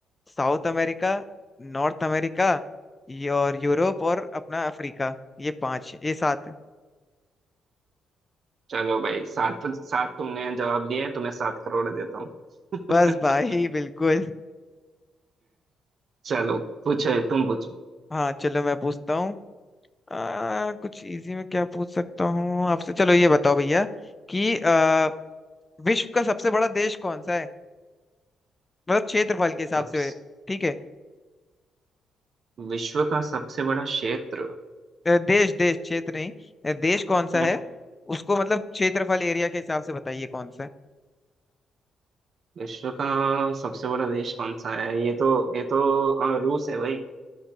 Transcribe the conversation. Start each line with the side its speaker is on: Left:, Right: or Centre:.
Left: South America North America ये और यूरोप और अपना अफ्रीका ये पांच ये सात
Right: चलो भाई सात सात तुमने जवाब दिए तुम्हें सात करोड़ देता हूँ
Left: बस भाई
Right: <laughs>
Left: बिल्कुल
Right: चलो पूछो तुम पूछो
Left: हाँ चलो मैं पूछता हूँ आ, कुछ इजी में क्या पूछ सकता हूँ आपसे चलो ये बताओ भैया कि आ, विश्व का सबसे बड़ा देश कौन सा है मतलब क्षेत्रफल के हिसाब
Right: सब
Left: से ठीक है
Right: विश्व का सबसे बड़ा क्षेत्र
Left: अ, देश देश क्षेत्र नहीं अ, देश कौन सा
Right: हम्म,
Left: है उसको मतलब क्षेत्रफल एरिया के हिसाब से बताइए कौन सा है
Right: विश्व का सबसे बड़ा देश कौन सा है ये तो ये तो अ, रूस है भाई